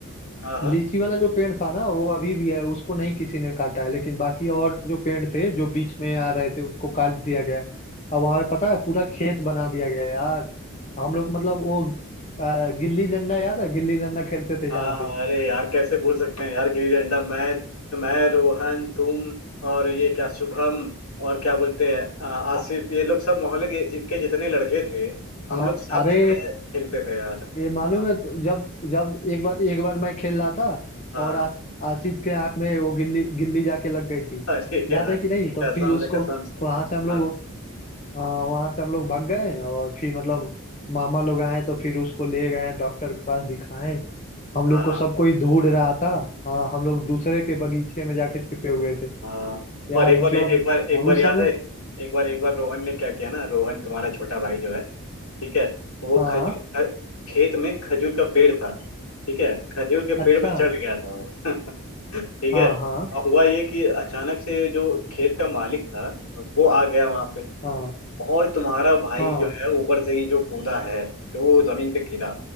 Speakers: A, on the left (about 70°); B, on the left (about 35°).
A: हाँ हाँ
B: लीची वाला जो पेड़ था ना वो अभी भी है उसको नहीं किसी ने काटा है लेकिन बाकी और जो पेड़ थे जो बीच में आ रहे थे उसको काट दिया गया है अब वहां पे पता है पूरा खेत बना दिया गया है यार हम लोग मतलब वो आ, गिल्ली डंडा याद है गिल्ली डंडा खेलते थे
A: हाँ
B: जहाँ
A: हाँ,
B: पे
A: अरे यार कैसे भूल सकते हैं यार गिल्ली डंडा मैं मैं रोहन तुम और ये क्या शुभम और क्या बोलते हैं आ, आसिफ
B: अ-
A: ये लोग सब मोहल्ले के जि- के जितने लड़के थे हम
B: हाँ
A: लोग सब
B: अरे
A: जो है खेलते थे यार
B: ये मालूम
A: हाँ
B: है तो जब जब एक बार एक बार मैं खेल रहा था
A: हाँ,
B: और आस, आसिफ के आंख में वो गिल्ली गिल्ली जाके लग गई थी
A: <laughs> अरे
B: याद
A: यार
B: है कि नहीं तो
A: कसम
B: फिर उसको
A: से कसम से
B: वहां से हम लोग
A: हाँ
B: हाँ वहां से हम लोग भाग गए और फिर मतलब मामा लोग आए तो फिर उसको ले गए डॉक्टर के पास दिखाएं हम
A: हाँ
B: लोग को सब कोई ढूंढ रहा था हाँ हम लोग दूसरे के बगीचे में जाके छिपे हुए थे
A: हाँ
B: यार
A: और एक
B: मतलब
A: बार एक बार एक
B: हाँ, उस
A: बार याद
B: समय
A: है एक बार एक बार रोहन ने क्या किया ना रोहन तुम्हारा छोटा भाई जो है ठीक है वो
B: हाँ
A: खजूर ख- खेत में खजूर का पेड़ था ठीक है खजूर के पेड़
B: अच्छा
A: पे चढ़ गया था वो <laughs> ठीक
B: हाँ
A: है
B: हाँ
A: और हुआ ये कि अचानक से जो खेत का मालिक था वो आ गया वहां पे
B: हाँ
A: और तुम्हारा भाई
B: हाँ
A: जो है ऊपर से ही जो कूदा है जो वो जमीन पे गिरा